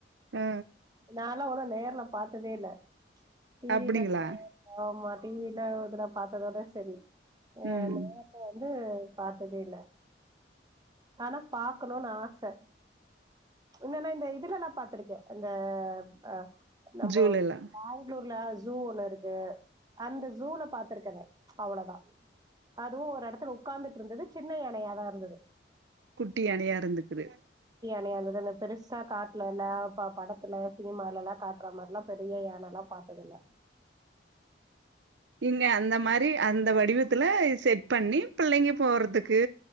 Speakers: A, on the right; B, on the right.
A: ஆ
B: நா இல்ல அவ்ளோ நேர்ல பாத்ததேல்ல டி
A: அப்டிங்களா
B: வில ஆமா ஆமா டி வில இதுலப் பாத்ததோட செரி ஏ
A: ம்
B: நேர்ல வந்து பாத்ததேல்ல ஆனா பாக்கணுன்னு ஆச என்னன்னா இந்த இதுலல்லா பாத்திருக்கே இந்த அ நம்பொ
A: ஜூலெல்லா
B: பேங்ளூர்ல ஜூ ஒன்னு இருக்கு அந்த ஜூல பாத்திருக்கறே நா அவ்ளோதா அதுவு ஒரு எடத்துல உக்காந்துட் ருந்தது சின்ன யானையா தா இருந்துது
A: குட்டி யானையா இருந்துக்குது
B: னையாந்துது அந்த பெருசா காட்லல்லா ப படத்துல சினிமாலல்லாம் காட்டுற மாரில்லாம் பெரிய யானல்லாம் பாத்ததுல்ல
A: இங்க அந்த மாரி அந்த வடிவத்துல செட் பண்ணி பிள்ளைங்க போர்ருதுக்கு